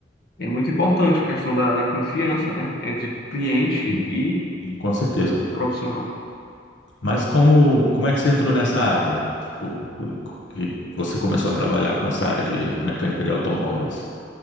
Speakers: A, on the left; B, on the left.
A: é muito importante a questão da, da confiança, né? Entre cliente
B: Sim,
A: e
B: sim, Com certeza.
A: o profissional.
B: Mas como, como é que você entrou nessa área? Tipo, que você começou a trabalhar com essa área de mecânica de automóveis?